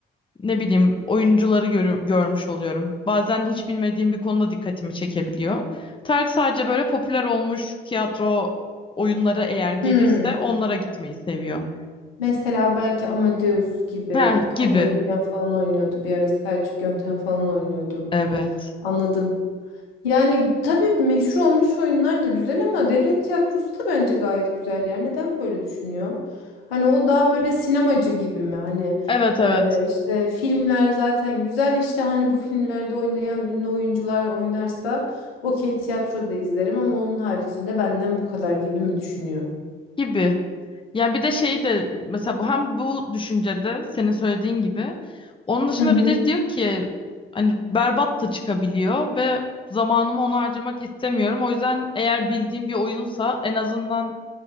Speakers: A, on the left; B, on the left.
A: ne bileyim oyuncuları görü- görmüş oluyorum. Bazen hiç bilmediğim bir konuda dikkatimi çekebiliyor. Tarık sadece böyle popüler olmuş tiyatro oyunlara eğer gelirse
B: Hmm.
A: onlara gitmeyi seviyor.
B: Mesela belki Amadeus gibi
A: Ha
B: Okan
A: gibi.
B: Bayülgen falan oynuyordu bir ara Selçuk Yöntem falan oynuyordu.
A: Evet.
B: Anladım. Yani tabii meşhur olmuş oyunlar da güzel ama devlet tiyatrosu da bence gayet güzel. Yani neden böyle düşünüyor? Hani o daha böyle sinemacı gibi mi? Hani
A: Evet
B: e,
A: evet.
B: işte filmler zaten güzel işte hani bu filmlerde oynayan ünlü oyuncular oynarsa okey tiyatroda izlerim ama onun haricinde benden bu kadar gibi mi düşünüyor?
A: Gibi. Yani bir de şeyi de mesela bu hem bu düşüncede senin söylediğin gibi onun dışında
B: Hı hı
A: bir de diyor ki hani berbat da çıkabiliyor ve zamanımı ona harcamak istemiyorum. O yüzden eğer bildiğim bir oyunsa en azından